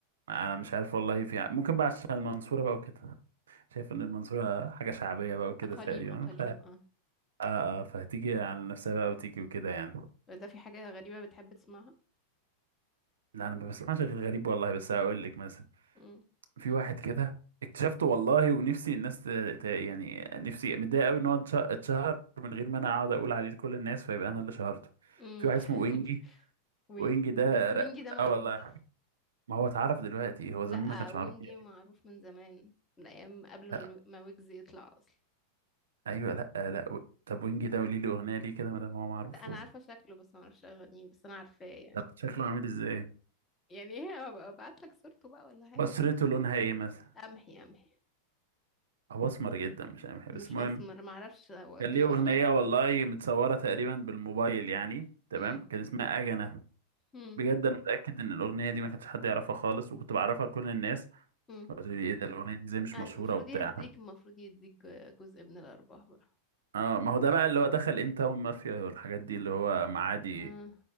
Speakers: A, on the right; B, on the left.
A: أنا مش عارف والله في ممكن بقى عشان المنصورة بقى وكده شايف ان المنصورة حاجة شعبية بقى وكده
B: اقاليم
A: تقريبا
B: اقاليم
A: ف... آه
B: اه
A: آه فهتيجي على نفسها بقى وتيجي وكده يعني
B: ده في حاجه غريبه بتحب تسمعها
A: لا انا ما بسمعش غير غريب والله بس هقول لك مثلا
B: امم
A: في واحد كده اكتشفته والله ونفسي الناس ت... ت... يعني نفسي متضايق قوي ان هو اتش- اتشهر من غير ما انا اقعد اقول عليه لكل الناس فيبقى انا اللي شهرته
B: امم
A: في واحد
B: <laughs>
A: اسمه وينجي
B: وي...
A: وينجي ده
B: بس
A: ر-
B: وينجي ده معروف
A: اه والله ما هو اتعرف دلوقتي هو
B: لا
A: زمان ما كانش
B: وينجي
A: معروف يعني
B: معروف من زمان من ايام قبل
A: لا
B: ما نو- ما ويجز يطلع اصلا
A: ايوه ايوه لا آه، لا و- طب وينجي ده قولي لي اغنية ليه كده ما دام هو معروف
B: لا انا عارفه شكله بس ما اعرفش اغانيه بس انا عارفاه يعني
A: طب شكله عامل ازاي
B: يعني ايه أبقى ابعت لك صورته بقى ولا حاجه
A: بشرته
B: بس
A: لونها ايه مثلا
B: امحي امحي
A: هو اسمر جدا مش عارف إيه.
B: مش
A: بس المهم
B: اسمر ما اعرفش هو
A: كان
B: كده
A: ليه اغنيه
B: مش اسمر
A: والله
B: يعني
A: متصوره تقريبا بالموبايل يعني تمام
B: امم
A: كان اسمها اجنه
B: امم
A: بجد انا متاكد ان الاغنيه دي ما كانش حد يعرفها خالص وكنت بعرفها لكل الناس
B: امم
A: قلت لي ايه ده الاغنيه دي ازاي مش
B: أنا
A: مشهوره
B: المفروض
A: وبتاع
B: يديك المفروض يديك ج- جزء من الارباح بقى
A: اه ما هو ده بقى اللي هو دخل ام تاون مافيا والحاجات دي اللي هو معادي
B: آه.